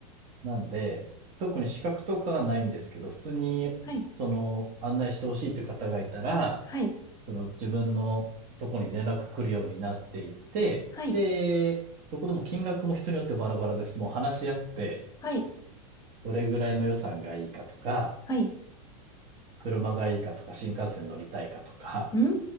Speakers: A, on the right; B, on the left.
A: なんで、特に資格とかはないんですけど、普通に、
B: はい。
A: その、案内してほしいという方がいたら、
B: はい。
A: その自分のとこに連絡来るようになっていて、
B: はい。
A: で、そこでも金額も人によってバラバラです。もう話し合って、
B: はい。
A: どれぐらいの予算がいいかとか、
B: はい。
A: 車がいいかとか、新幹線乗りたいかとか、
B: うー